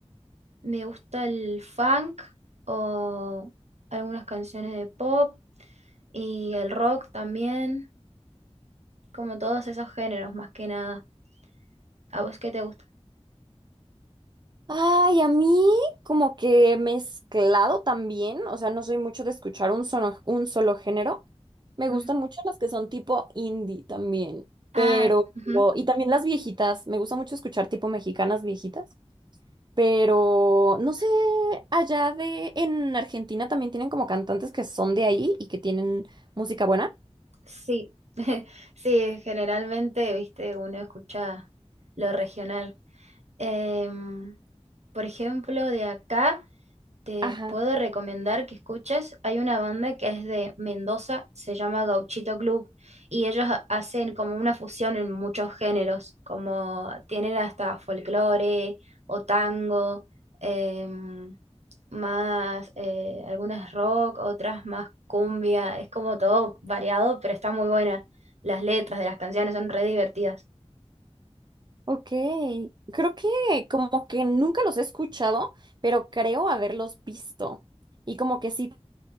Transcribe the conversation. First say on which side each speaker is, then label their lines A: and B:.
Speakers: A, on the right; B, on the right.
A: Me gusta el funk o algunas canciones de pop y el rock también, como todos esos géneros más que nada. ¿A vos qué te gusta?
B: Ay, a mí como que mezclado también, o sea, no soy mucho de escuchar un solo, un solo género. Me
A: Ujú.
B: gustan mucho las que son tipo indie también,
A: Ah,
B: pero,
A: ujú.
B: y también las viejitas, me gusta mucho escuchar tipo mexicanas viejitas, pero no sé, allá de, en Argentina también tienen como cantantes que son de ahí y que tienen música buena.
A: Sí, <laughs> sí, generalmente, viste, uno escucha lo regional. Em, por ejemplo, de acá. Te
B: Ajá,
A: puedo recomendar que escuches. Hay una banda que es de Mendoza, se llama Gauchito Club, y ellos ha- hacen como una fusión en muchos géneros, como tienen hasta folclore o tango, em, más eh, algunas rock, otras más cumbia. Es como todo variado, pero está muy buena. Las letras de las canciones son re divertidas.
B: ok. Creo que como que nunca los he escuchado, pero creo haberlos visto. Y como que sí